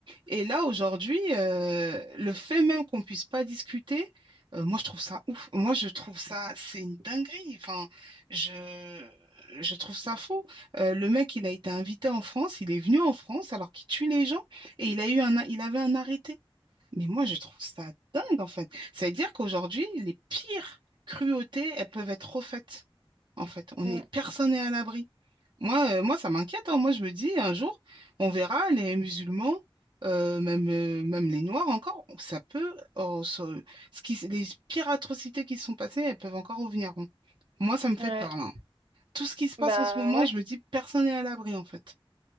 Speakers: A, on the right; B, on the right.
A: Et là, aujourd'hui, euh, le fait même qu'on puisse pas discuter, euh, moi, je trouve ça ouf. Moi, je trouve ça, c'est une dinguerie. Enfin, je, je trouve ça fou. Euh, le mec, il a été invité en France, il est venu en France alors qu'il tue les gens et il a eu un, a- il avait un arrêté. Mais moi, je trouve ça dingue, en fait. Ça veut dire qu'aujourd'hui, les pires cruautés, elles peuvent être refaites, en fait. On
B: Mm.
A: est, personne n'est à l'abri. Moi, euh, moi, ça m'inquiète. hein. Moi, je me dis, un jour, on verra les musulmans, euh, même, euh, même les noirs encore, ça peut, oh, ça- ce qui, les pires atrocités qui se sont passées, elles peuvent encore revenir. hein. Moi, ça me fait
B: Ouais.
A: peur, là. Tout ce qui se passe
B: Bah
A: en ce moment,
B: ouais.
A: je me dis, personne n'est à l'abri, en fait.